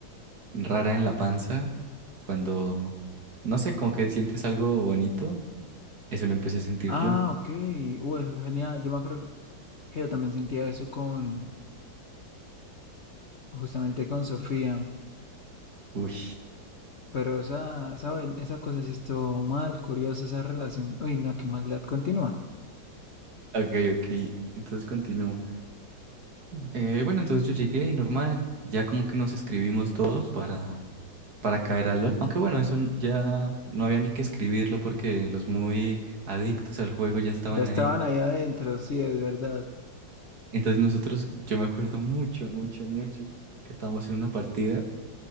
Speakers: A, on the right; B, on the left.
A: rara en la panza, cuando, no sé, como que sientes algo bonito. Eso lo empecé a sentir
B: Ah,
A: yo.
B: ok. Uy, eso es genial. Yo me acuerdo que yo también sentía eso con, justamente con Sofía.
A: Uy.
B: Pero esa, esa, vain- esa cosa sí estuvo mal, curiosa esa relación. Uy, no, qué maldad. Continúa.
A: Ok, ok. Entonces continúo. Eh, bueno, entonces yo llegué y normal, ya como que nos escribimos todos para, para caer al LOL. Aunque bueno, eso n- ya no había ni que escribirlo porque los muy adictos al juego ya estaban
B: Ya estaban
A: ahí.
B: ahí adentro, sí, es verdad.
A: Entonces nosotros, yo me acuerdo mucho, mucho, mucho que estábamos en una partida